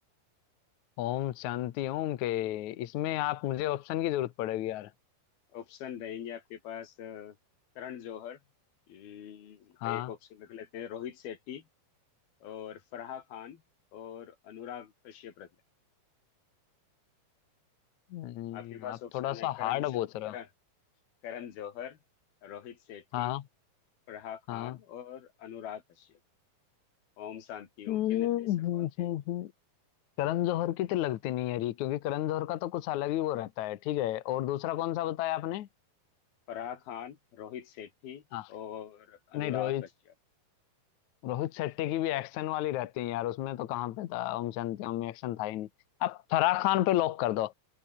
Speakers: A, on the left (about 65°); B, on the left (about 85°).
A: ओम शांति ओम के इसमें आप मुझे ऑप्शन की जरूरत पड़ेगी यार
B: ऑप्शन रहेंगे आपके पास अ, करण जौहर अम,
A: हाँ
B: एक ऑप्शन रख लेते हैं रोहित शेट्टी और फराह खान और अनुराग कश्यप रख
A: अम,
B: आपके पास
A: आप
B: ऑप्शन
A: थोड़ा
B: है
A: सा
B: करण
A: हार्ड
B: ज,
A: पूछ रहा
B: करण करण जौहर रोहित सेठी
A: हाँ
B: फराह खान
A: हाँ
B: और अनुराग कश्यप ओम शांति
A: हम्म,
B: ओम के निर्देशक कौन थे
A: करण जौहर की तो लगती नहीं है ये क्योंकि करण जौहर का तो कुछ अलग ही वो रहता है ठीक है और दूसरा कौन सा बताया आपने
B: फराह खान रोहित सेठी
A: हाँ
B: और अनुराग
A: नहीं रोहित
B: कश्यप
A: रोहित शेट्टी की भी एक्शन वाली रहती है यार उसमें तो कहाँ पे था ओम शांति ओम में एक्शन था ही नहीं अब फराह खान पे लॉक कर दो